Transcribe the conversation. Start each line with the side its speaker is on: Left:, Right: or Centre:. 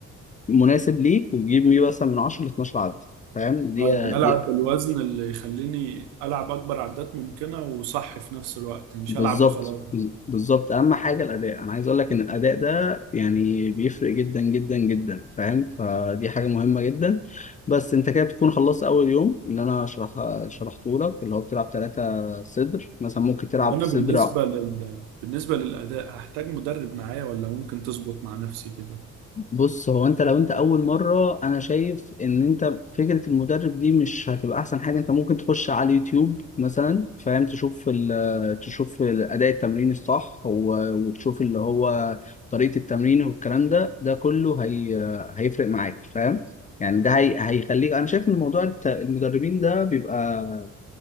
Left: مناسب ليك وتجيب ميه مثلا من 10 ل 12 عدد فاهم دي
Right: اه يعني العب
Left: دي
Right: بالوزن اللي يخليني العب اكبر عدات ممكنه وصح في نفس الوقت مش
Left: بالظبط
Right: العب وخلاص
Left: بالظبط اهم حاجه الاداء انا عايز اقول لك ان الاداء ده يعني بيفرق جدا جدا جدا فاهم فدي حاجه مهمه جدا بس انت كده بتكون خلصت اول يوم اللي انا شرح شرحته لك اللي هو بتلعب ثلاثه صدر مثلا ممكن تلعب
Right: وانا
Left: صدر
Right: بالنسبه لل... بالنسبه للاداء هحتاج مدرب معايا ولا ممكن تظبط مع نفسي كده
Left: بص هو انت لو انت اول مره انا شايف ان انت فكره المدرب دي مش هتبقى احسن حاجه انت ممكن تخش على اليوتيوب مثلا فاهم تشوف ال <hesitation> تشوف ال- اداء التمرين الصح و- وتشوف اللي هو طريقه التمرين والكلام ده ده كله هي هيفرق معاك فاهم يعني ده هي هيخليك انا شايف ان موضوع الت- المدربين ده بيبقى